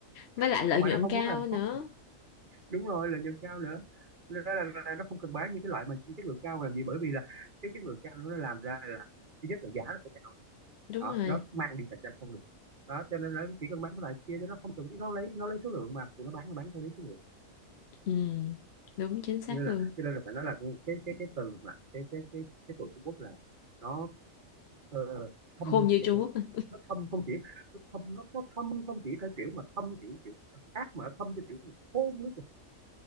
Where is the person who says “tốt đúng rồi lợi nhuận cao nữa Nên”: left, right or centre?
Right